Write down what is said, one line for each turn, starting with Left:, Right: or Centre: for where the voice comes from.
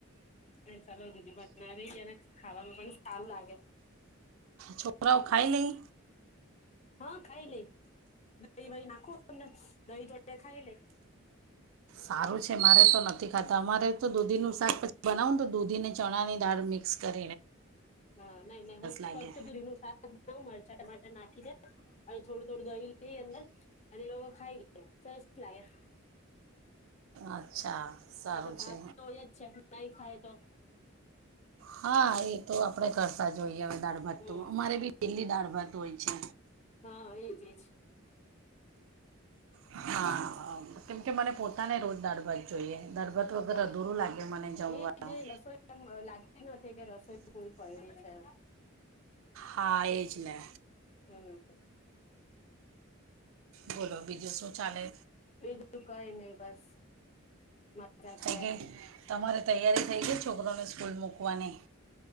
Left: ચાલ દુધદી <unintelligible> બનાવી જને ખાવામાં પણ સારું લાગે.
Right: છોકરાઓ ખાઈ લઈ?
Left: હા ખાઈ લ દહી વહી નાખુંમને દહી દડ ખાઈ લ.
Right: સારું છે મારે તો નથી ખાતા અમારે તો દૂધીનું શાક પછી બનાવુંને તો દૂધીને ચણાની દાળ મિક્સ કર.
Left: હા નહી ન હું
Right: લાગે
Left: ફક્ત દરી નું શાક બ મરચા ટટર નાખી દે. અરે થોડું થોડું દહી. એ અંદર અને લોકો ખાઈ લે સરસ લાગે.
Right: અચ્છા. સારું
Left: એ તો ભાત
Right: છે
Left: તો એ જ છે નાઈ ખાય તો.
Right: હા એ તો આપડે કરતા જોઈએ. હવે દાળ ભાત
Left: હમ
Right: તો અમારે ભી પેલી દાળ ભાત. <inaudible> છે.
Left: હા, એજ, એજ.
Right: હા, હ. કેમ કે મને પોતાને રોજ દાડભાત જોઈએ. દાળભાત વગર
Left: હા
Right: અધૂરું લાગે મને જમવાનું.
Left: એજ એજ રસોઈ એમ લાગતી નથી કે રસોઈ પૂરી પડી છે
Right: હા એ જ ને.
Left: હમ.
Right: બોલો, બીજું શું ચાલે?
Left: બીજું, કંઈ નહીં, બસ. મજા
Right: થઈ
Left: છે
Right: ગઈ, તમારે તૈયારી થઈ ગઈ, છોકરાંઓને સ્કૂલ મોક લવાની?